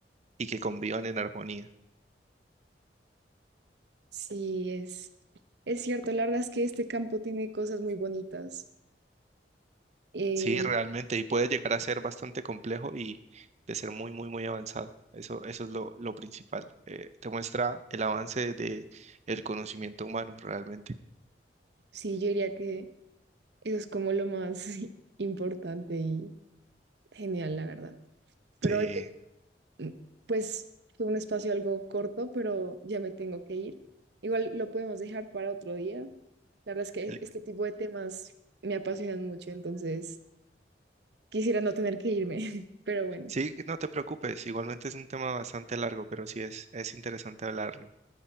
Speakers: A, on the right; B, on the right.
A: y que convivan en armonía.
B: Sí, es, es cierto, la verdad es que este campo tiene cosas muy bonitas. Eh,
A: Sí, realmente, y puede llegar a ser bastante complejo y de ser muy, muy, muy avanzado. Eso, eso es lo, lo principal. Eh, te muestra el avance de el conocimiento humano realmente.
B: sí, yo diría que eso es como lo más <laughs> importante y genial, la verdad. Pero
A: Sí,
B: oye, mm, pues fue un espacio algo corto, pero ya me tengo que ir. Igual lo podemos dejar para otro día. La verdad es que
A: Li-
B: este tipo de temas me apasionan mucho, entonces quisiera no tener que irme, <laughs> pero bueno,
A: sí, no te preocupes, igualmente es un tema bastante largo, pero sí es, es interesante hablarlo.